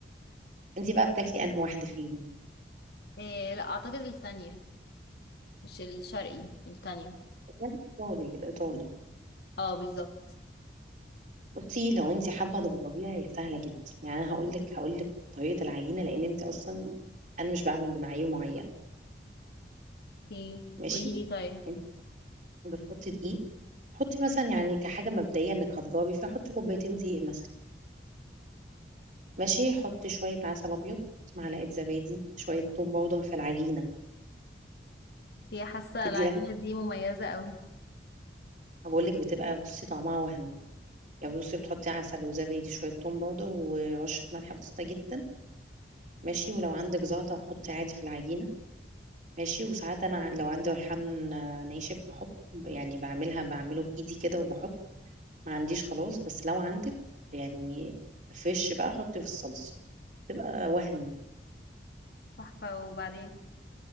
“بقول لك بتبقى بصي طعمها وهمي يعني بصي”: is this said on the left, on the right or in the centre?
Right